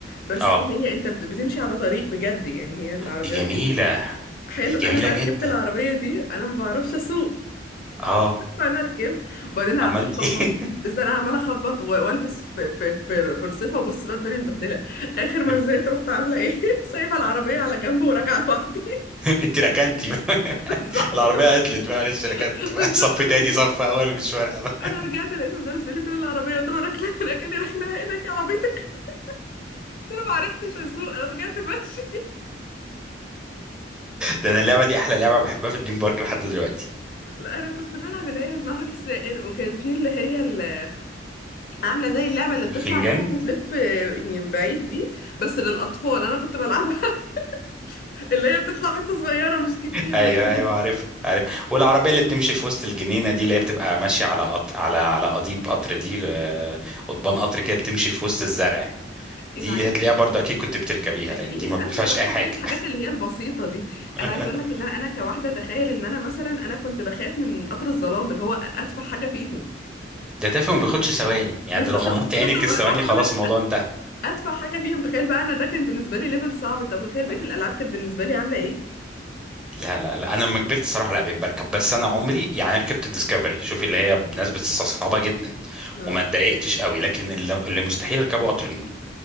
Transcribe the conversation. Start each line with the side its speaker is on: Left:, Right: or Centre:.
Left: بس
Centre: اه
Left: هي انت بت- بتمشي على طريق بجد يعني هي العربيات
Centre: دي جميله
Left: دي حلو
Centre: دي
Left: انا
Centre: جميله
Left: بقى ركبت
Centre: جدا
Left: العربيه دي انا ما بعرفش اسوق
Centre: اه
Left: فانا ركبت وبعدين عماله
Centre: عملت
Left: اخبط
Centre: ايه
Left: ازاي انا عماله اخبط و- والبس في في في فرصفه وبص بقى الدنيا متبهدله اخر ما
Centre: <laughs>
Left: زهقت رحت عامله ايه <laughs> سايبه العربيه على جنب وراجعه لوحدي
Centre: انت ركنتي بقى
Left: <laughs>
Centre: <laughs>
Left: بالظبط
Centre: العربيه عطلت بقى معلش ركنت
Left: بالظبط
Centre: بقى <laughs> صف
Left: انا
Centre: تاني صف اول مش فارقه بقى
Left: انا رجعت لقيت المدرس بيقول لي فين العربيه قلت له راكله هناك قال لي ركنها <laughs> هناك يا عربيتك قلت له ما عرفتش اسوق انا رجعت ماشي
Centre: ده انا اللعبه دي احلى لعبه بحبها في دريم بارك لحد دلوقتي
Left: لا، انا كنت بلعب اللي هي النهر السائر وكان في اللي هي اللي عامله زي اللعبه اللي بتطلع
Centre: الفنجان
Left: لفوق وتلف آه، يعني بعيد دي بس للاطفال انا كنت بلعبها <laughs> اللي هي بتطلع حته صغيره مش كتير
Centre: ايوه
Left: بقى
Centre: ايوه
Left: دي
Centre: عارف عارف والعربيه اللي بتمشي في وسط الجنينه دي اللي هي بتبقى ماشيه على قط... على على قضيب قطر دي آه، قضبان قطر كده بتمشي في وسط الزرع دي
Left: انا عايزه
Centre: هتلاقيها برضه اكيد كنت بتركبيها
Left: اكيد
Centre: لان دي ما
Left: انا
Centre: بتدفعش
Left: كنت بركب
Centre: اي حاجه
Left: كل الحاجات اللي هي البسيطه دي
Centre: <laughs>
Left: انا عايزه اقول لك ان انا انا كواحده تخيل ان انا مثلا انا كنت بخاف من قطر الظلام اللي هو اتفه حاجه فيهم
Centre: ده تافه وما بياخدش ثواني يعني
Left: بس
Centre: ده
Left: شفت
Centre: لو غمضت عينك
Left: شفت انا بقول
Centre: الثواني
Left: لك اه
Centre: خلاص
Left: بقول لك
Centre: الموضوع انتهى
Left: ادفع حاجه فيهم تخيل بقى انا ده كان بالنسبه لي ليفل صعب طب تخيل بقيه
Centre: آه.
Left: الالعاب كانت بالنسبه لي عامله ايه
Centre: لا لا لا انا لما كبرت الصراحه لا بقيت بركب بس انا عمري يعني أنا ركبت الديسكفري شوفي اللي هي ناس بتستصعبها جدا
Left: اه
Centre: وما اتضايقتش قوي لكن اللي اللي مستحيل اركبه قطر النوم